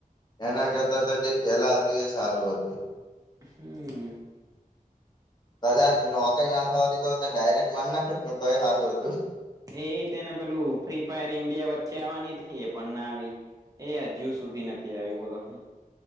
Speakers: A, on the left (about 30°); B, on the right (about 25°).
A: એના કરતા તો પેલા હતું એ સારું હતું
B: હમ
A: કદાચ નોકઈ ના થવા દીધોને ડાયરેક્ટ મનને ું તો સારું હતું
B: એ તેને પેલું ફ્રી ફાયર ઇન્ડિયા વચ્ચે આવવાની હતી એ પણ ના આવી એ જ્યુ સુધી નથી આવી બોલો હ